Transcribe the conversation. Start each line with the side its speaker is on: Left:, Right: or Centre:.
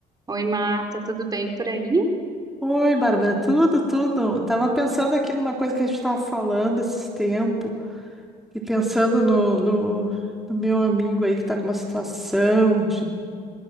Right: Oi, Marta, tudo bem por aí?
Centre: Oi, Bárbara, tudo, tudo. Tava pensando aqui numa coisa que a gente estava falando esses tempo e pensando no, no, no meu amigo aí que tá com uma situação de-